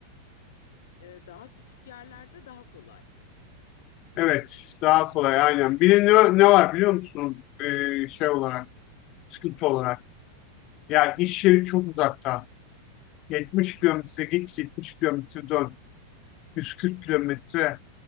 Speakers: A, on the left (about 60°); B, on the left (about 40°).
A: E, daha küçük yerlerde daha kolay.
B: Evet, daha kolay aynen. Bir de ne, ne var biliyor musun? Ee, şey olarak, sıkıntı olarak. Yani iş yeri çok uzakta. 70 kilometre git, 70 kilometre dön. 140 kilometre.
A: Evet.